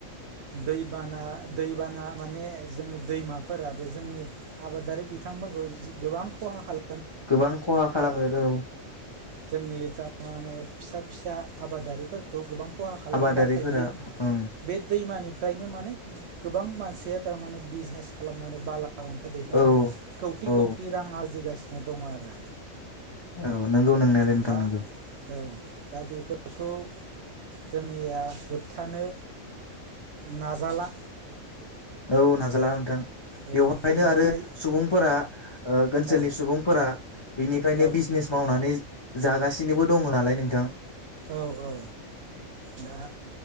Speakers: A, on the right (about 65°); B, on the left (about 40°).
A: दैबाना दैबाना माने जोंनि दैमाफोराबो जोंनि आबादारि बिथांफोरखौ जो गोबां खहा खाला
B: गोबां खहा खालामो। औ।
A: जोंनि थारमाने फिसा फिसा आबादारिफोरखौ गोबां खहा खालामो।
B: आबादारिफोरा
A: नाथाय बे
B: ओं
A: बे दैमानिफ्रायनो माने गोबां मानसिया थारमाने बिजनेस खालामनानै बाला अन्थाइ दैेखायनानै
B: औ
A: खौथि
B: औ
A: खौथि रां आरजिगासि नो दङ आरो।
B: औ नंगौ नोंनायालाय नोंथां
A: दा
B: नोंगौ।
A: औ दा बेफोर खौ जोंनिया होबथानो नाजाला
B: औ ना जाला नोंथां।
A: औ
B: बेवहायनो
A: बेनिफ्राय
B: आरो सुबुंफोरा ओ ओनसोलनि
A: औ
B: सुबुंफोरा बिनिफ्रायनो
A: औ
B: बिजनेस मावनानै जागासिनोबो दङ नालाय नोंथां।
A: औ औ दा